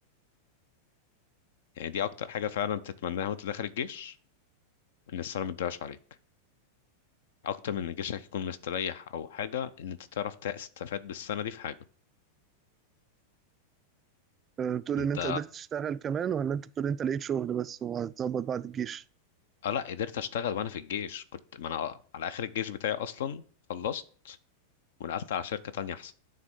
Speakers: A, on the left (about 55°); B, on the right (about 25°).
A: يعني دي اكتر حاجه فعلا تتمناها وانت داخل الجيش ان السنه ما تضيعش عليك اكتر من ان جيشك يكون مستريح او حاجه ان انت تعرف تستفاد بالسنه دي في حاجه
B: آه، بتقول
A: انت
B: ان انت قدرت تشتغل كمان ولا انت بتقول انت لقيت شغل بس وهتظبط بعد الجيش
A: اه لا قدرت اشتغل وانا في الجيش كنت ما انا آه، على اخر الجيش بتاعي اصلا خلصت ونقلت على شركه تانية احسن